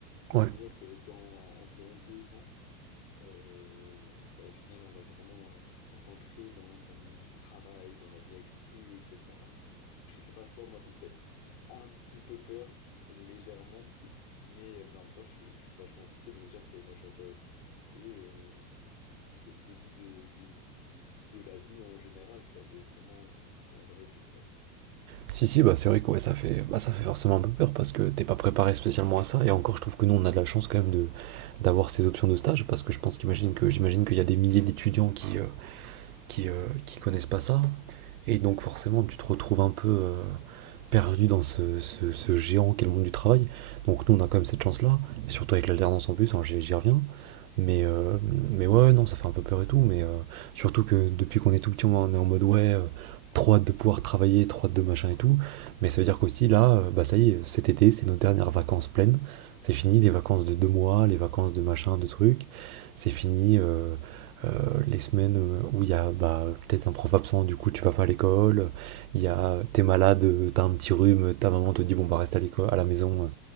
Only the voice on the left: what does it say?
Et
de se dire que dans euh, environ deux ans, euh, bah, au final, on va vraiment euh, rentrer dans, dans le monde du travail, dans la vie active, etc. Je sais pas toi, moi, ça me fait un petit peu peur, légèrement, mais, mais en même temps, je, suis je suis vachement excité de me dire que, bah, genre, euh, c'est euh, c'est le début de, du- de la vie en général, tu vois, de vraiment euh, la vraie vie, quoi.